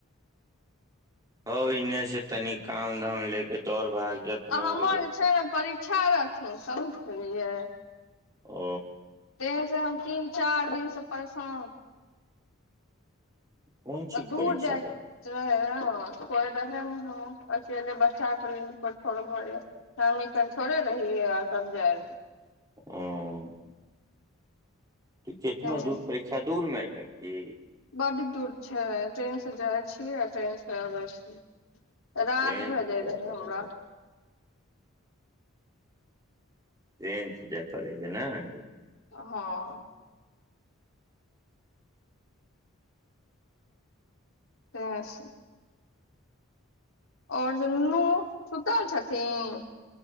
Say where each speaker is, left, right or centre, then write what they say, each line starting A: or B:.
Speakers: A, on the right; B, on the left.
A: हौ इनहे से तनी काम धाम ले के दौड़ भाग जतने
B: आ हमर
A: होइ जाइ
B: जे छै ने परीक्षा रहथिन समझलियै
A: ओ
B: देहन से हम तीन चार दिन से परेशान
A: कोन चीज
B: आ दूर
A: परीक्षा
B: जाय
A: रहै
B: कोइ रहे ने ह अकेले बच्चाेोड़ ब <unintelligible> कानन थोड़े रहि आ <unintelligible>
A: ऊ त केतना
B: ट्रेन
A: दूर
B: से
A: परीक्षा दूर मे रहै कि
B: बड दूर छै ट्रेन से जाइ छीयै आ ट्रेन से अबै छीयै
A: ट्रेन
B: रात भेजय
A: से जाय
B: रहै
A: पड़ैया
B: हमरा
A: ट्रेन से जाय पड़ै या नाय
B: हँ तेहेस और सब नूनू सुतल छथिन